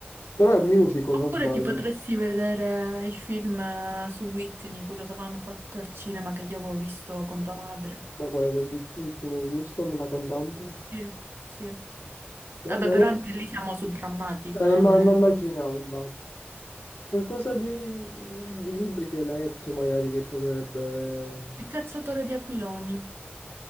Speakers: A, on the left; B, on the right.
A: Però è musical,
B: Oppure
A: non sbaglio.
B: ti potresti vedere il film eh, su Whitney, quello che avevano fatto al cinema che io avevo visto con tua madre.
A: Ma quale quel Beat Whitney Houston, la cantante?
B: Sì, sì.
A: No,
B: Vabbè,
A: non
B: però
A: è...
B: anche lì siamo sul drammatico,
A: eh,
B: eh,
A: ma
B: non
A: ma
B: è...
A: immaginavo, infatti. Qualcosa di, di libri che hai letto, magari, che potrebbe...
B: Il cacciatore di aquiloni.